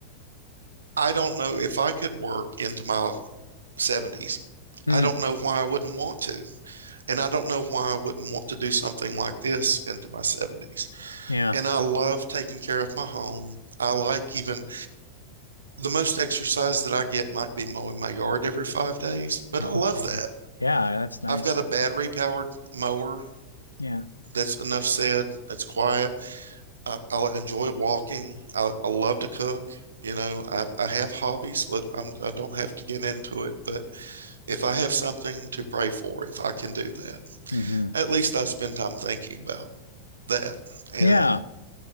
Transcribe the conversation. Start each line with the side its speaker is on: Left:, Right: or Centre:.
Right: i don't know if i could work into my 70s
Left: mm,
Right: i don't know why i wouldn't want to and i don't know why i wouldn't want to do something like this into my 70s
Left: yeah.
Right: and i love taking care of my home I like even the most exercise that I get might be mowing my yard every five days, but I love
Left: Okay,
Right: that.
Left: yeah, yeah. That's nice.
Right: I've got a battery powered mower
Left: Yeah,
Right: that's enough said. It's quiet. I, I enjoy walking. I, I love to cook. You know, I, I have hobbies. Let, I'm, I don't have to get into it, but if I have something to pray for, if I can do that,
Left: mm-hmm,
Right: at least I spend time thinking about that and
Left: yeah,